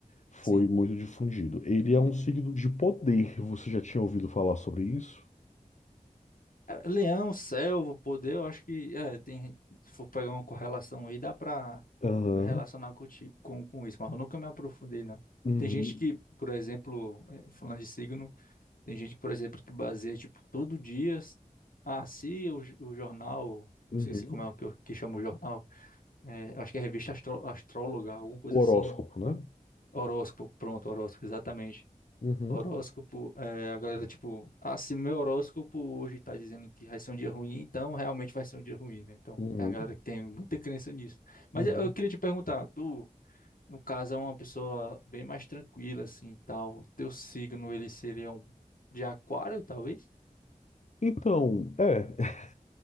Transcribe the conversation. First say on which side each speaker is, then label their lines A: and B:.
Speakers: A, on the left (about 55°); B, on the left (about 75°).
A: Foi
B: sim.
A: muito difundido. Ele é um signo de poder. Você já tinha ouvido falar sobre isso?
B: É, Leão, Selvo, Poder, eu acho que é, tem, se for pegar uma correlação aí, dá pra,
A: Aham.
B: pra relacionar com, ti- com, com isso, mas eu nunca me aprofundei, não.
A: Uhum.
B: Tem gente que, por exemplo, é, falando de signo, tem gente, por exemplo, que baseia, tipo, todo dia, ah, se o, j- o jornal, não
A: Uhum.
B: sei se como é o que, eu- que chama o jornal, é, eu acho que é a revista Astró- Astróloga, alguma coisa
A: O
B: assim,
A: horóscopo,
B: né?
A: né?
B: Horóscopo, pronto, horóscopo, exatamente.
A: Uhum,
B: Horóscopo, é, a galera, tipo, ah, se meu horóscopo hoje tá dizendo que vai ser um dia ruim, então realmente vai ser um dia ruim, né? Então,
A: uhum,
B: tem a galera que tem muita crença nisso. Mas
A: uhum.
B: eu, eu queria te perguntar, tu, no caso, é uma pessoa bem mais tranquila, assim, e tal, teu signo, ele seria um de aquário, talvez?
A: Então, é, <laughs>